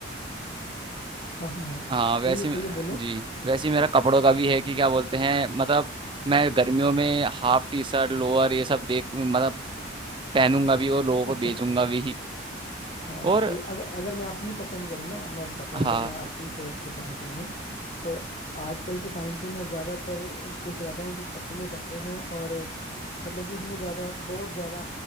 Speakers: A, on the left (about 35°); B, on the right (about 25°).
A: हाँ हाँ हाँ
B: हाँ
A: सही
B: वैसे
A: है सही
B: ही-
A: है बोलो
B: जी वैसे ही मेरा कपड़ों का भी है कि क्या बोलते हैं मतलब मैं गर्मियों में हाफ टी शर्ट लोअर ये सब देख मतलब पहनूंगा भी और लोगों
A: <laughs>
B: को बेचूंगा भी
A: हाँ
B: और
A: सही अगर अगर मैं अपनी पसंद करूँ ना मैं बताता हूँ
B: हाँ
A: अगर मैं अपनी चॉइस बताऊँ तुम्हें तो आजकल के टाइम पे मैं ज़्यादातर खुश रहता हूँ कि पतले कपड़े हों और मतलब कि उसमें ज़्यादा बहुत ज़्यादा